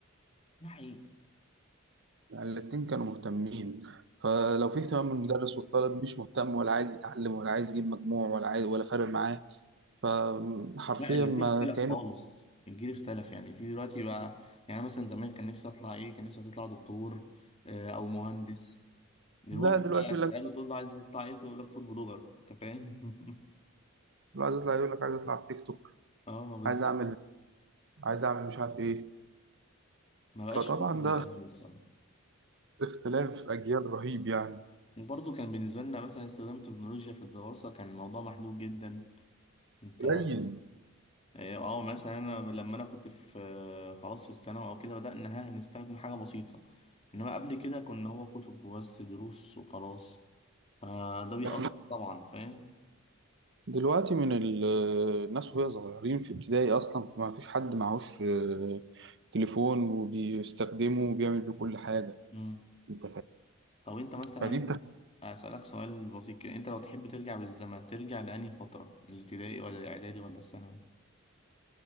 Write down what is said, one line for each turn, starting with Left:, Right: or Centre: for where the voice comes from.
Left: ده حقيقي
Right: يعني الاتنين كانوا مهتمين فلو فيه اهتمام من المدرس والطالب مش مهتم ولا عايز يتعلم ولا عايز يجيب مجموع ولا عايز ولا فارق معاه فحرفيا
Left: لا الجيل
Right: ما
Left: اختلف
Right: كانوا
Left: خالص الجيل اختلف يعني في دلوقتي بقى يعني مثلا زمان كان نفسي اطلع ايه كان نفسي اطلع دكتور آه، او مهندس دلوقتي
Right: لا دلوقتي
Left: بقى
Right: يقول
Left: تسأله
Right: لك
Left: تقول له عايز تطلع ايه تقول لك فود بلوجر انت فاهم <laughs>
Right: لو عايز يطلع يقول لك عايز يطلع على التيك توك
Left: اه بالظبط
Right: عايز اعمل عايز اعمل مش عارف ايه
Left: ما بقاش
Right: فطبعا
Left: فيه زي
Right: ده
Left: الاول الصراحة
Right: اختلاف اجيال رهيب يعني
Left: وبرضه كان بالنسبة لنا مثلا استخدام التكنولوجيا في الدراسة كان الموضوع محدود جدا انت
Right: قليل
Left: اه مثلا انا لما انا كنت في آه، خلاص في الثانوي او كده بدأنا ها نستخدم حاجة بسيطة انما قبل كده كنا هو كتب وبس دروس وخلاص فده بيأثر
Right: لكن
Left: طبعا فاهم
Right: دلوقتي من ال- الناس وهي صغيرين في ابتدائي اصلا ما فيش حد معهوش آه، تليفون وبيستخدمه وبيعمل بيه كل حاجه
Left: مم.
Right: انت فاهم
Left: طب انت مثلا
Right: فدي بتخ...
Left: أسألك سؤال بسيط كده انت لو تحب ترجع بالزمن ترجع لأنهي فترة الابتدائي ولا الاعدادي ولا الثانوي